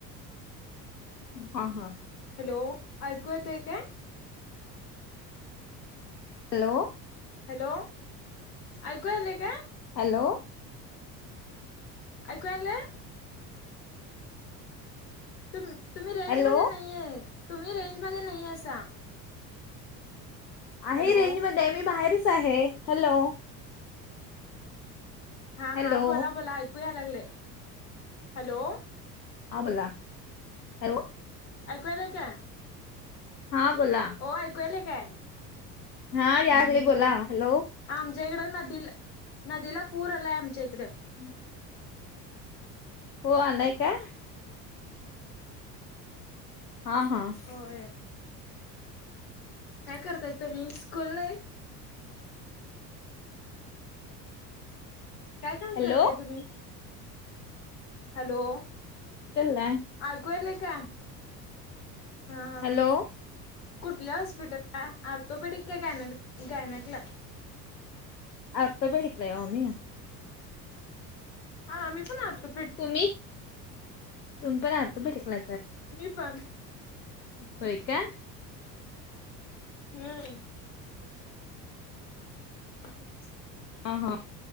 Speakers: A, on the left; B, on the left.
A: हा हा
B: हॅलो ऐकू येतोय काय
A: हॅलो
B: हॅलो ऐकूयाले का
A: हॅलो
B: ऐू आ आणलंले तुम्ही रेंज
A: हॅलो
B: मध्ये नाहीये तुम्ही रेंज मध्ये नाही असा
A: आहे
B: हॅलो
A: रेंज मध्ये मी बाहेरच आहे हॅलो
B: हा
A: हॅलो
B: हा बोला बोला ऐकू या लागले हॅलो
A: हां बोला हॅलो
B: अगुवाला का
A: हा बोला
B: हो ऐकूयला काय हम्म
A: हा यागली
B: बोला
A: हॅलो
B: आमच्या इकडं नदीला नदीला पूर आलाय आमच्या इकडे
A: हम् हो आलाय का हा हा
B: होय काय करता येत मी स्कूल ला काय काम
A: हॅलो
B: करताय तुम्ही हॅलो
A: तलाय
B: आयकुयेल का हा हा
A: हॅलो
B: कुठल्या हॉस्पिटलला आर्थोपेडिक का गा गायनटला
A: अर्थ बेडिकलाय म ममी
B: हाम्हीण आतो
A: तुम्ही तुम् पण आहात भेट कला
B: मी पण
A: होय का
B: हम्म हच्
A: हा हा